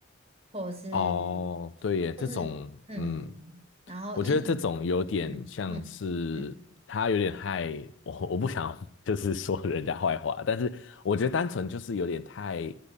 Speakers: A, on the right; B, on the left.
A: 或者是，
B: 哦，对耶，
A: 或是嗯，
B: 这种，嗯，
A: 然后疫情，
B: 我觉得这种有点像是他有点害我，
A: 嗯嗯嗯，
B: 我不想 <laughs> 就是说人家坏话，但是我觉得单纯就是有点太